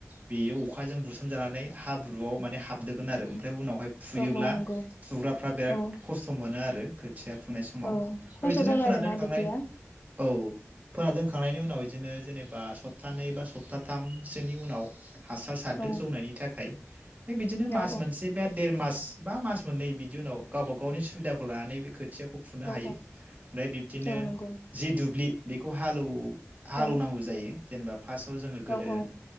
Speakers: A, on the right (about 35°); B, on the left (about 50°).
A: बेयो अखा अखायजों बुसोमजानानै हाब ब्रुआव माने हाबदगोन आरो ओमफ्राय उनाव हाय फुयोब्ला
B: औ औ नंगौ
A: फुग्राफ्रा बिराद
B: औ
A: खस्थ' मोनो आरो <unintelligible> थिया फुनाय समाव
B: औ खस्थ'
A: बे बिदिनो
B: जायो
A: फुना
B: आरोना
A: दोनखांनाय
B: बिदिया
A: औ फोना दोनखांनायनि उनाव बिदिनो जेनेबा सप्तानैै बा सप्ताथामसोनि उनाव हासार सारदो
B: औ
A: जौनायनि थाखाय आमफाय बिदिनो मास
B: औ
A: मोनसे बा देर मास बा मास मोननै बिदि उनाव गावबा गावनि सुबिदाखौ लानानै बे खोथियाखौ खौ फुनो
B: औ
A: हायो ओमफ्राय बिब्दिनो
B: औ नंगौ
A: जि दुब्लि बेखौ हालौ हालेवनांगौ
B: औ
A: जायो। जेनबा फास्टआव जोङो गोदो
B: औ औ